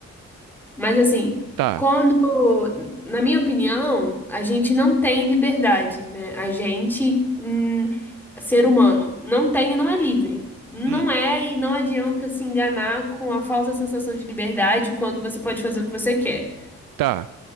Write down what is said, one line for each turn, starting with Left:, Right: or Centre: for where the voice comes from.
Centre: Mas assim,
Right: Tá.
Centre: quando, na minha opinião, a gente não tem liberdade, né? A gente, hum, ser humano, não tem e não é livre. Não
Right: Hum,
Centre: é e não adianta se enganar com a falsa sensação de liberdade quando você pode fazer o que você quer.
Right: tá.